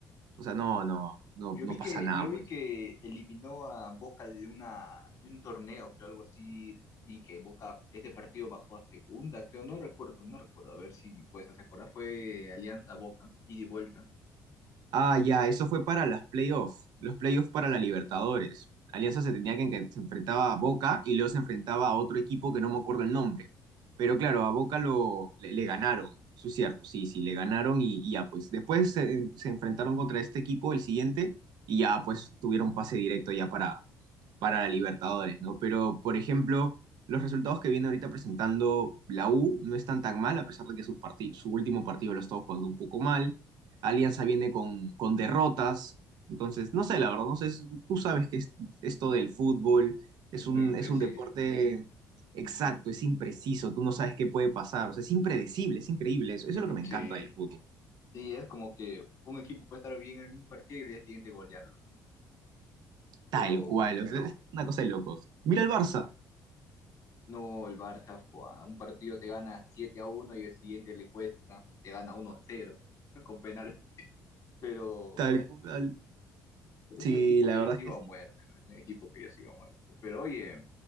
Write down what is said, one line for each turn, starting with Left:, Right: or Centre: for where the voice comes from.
Right: O sea,
Left: <laughs>
Right: no, no, no,
Left: yo
Right: no
Left: vi
Right: pasa
Left: que,
Right: nada
Left: yo
Right: por
Left: vi
Right: eso.
Left: que eliminó a Boca de una, de un torneo, creo, algo así. Vi que Boca, ese partido bajó a segunda, creo, no recuerdo, no recuerdo. A ver si me puedes hacer acordar. Fue Alianza Boca, ida y de vuelta.
Right: Ah, ya, eso fue para las playoffs, los playoffs para la Libertadores. Alianza se tenía que, que se enfrentaba a Boca y luego se enfrentaba a otro equipo que no me acuerdo el nombre. Pero claro, a Boca lo, le, le ganaron, eso es cierto, sí, sí, le ganaron y, y ya, pues después se, se enfrentaron contra este equipo, el siguiente, y ya pues tuvieron pase directo ya para, para la Libertadores, ¿no? Pero, por ejemplo, los resultados que viene ahorita presentando la U no están tan mal, a pesar de que sus su, su último partido lo ha estado jugando un poco mal. Alianza viene con, con derrotas. Entonces, no sé, la verdad, no sé, es- tú sabes que es- esto del fútbol es
Left: Es muy
Right: un,
Left: preciso.
Right: es un deporte exacto, es impreciso, tú no sabes qué puede pasar, o sea, es impredecible, es increíble, eso,
Left: Mm,
Right: eso es lo que me
Left: sí.
Right: encanta del fútbol,
Left: Sí, es como que un equipo puede estar bien en un partido y el día siguiente golearlo. Pero
Right: tal cual, o sea, es Pero, una cosa de locos. Mira el Barça,
Left: no, el Barça, a un partido te gana 7 a uno y el siguiente le cuesta, te gana uno a 0 <laughs> con penal. Pero
Right: tal
Left: bueno,
Right: cual.
Left: pero
Right: Sí,
Left: es un equipo
Right: la
Left: que yo
Right: verdad
Left: sigo
Right: es que
Left: a
Right: sí.
Left: muerte, ¿no? Es un equipo que yo sigo a muerte. Pero oye,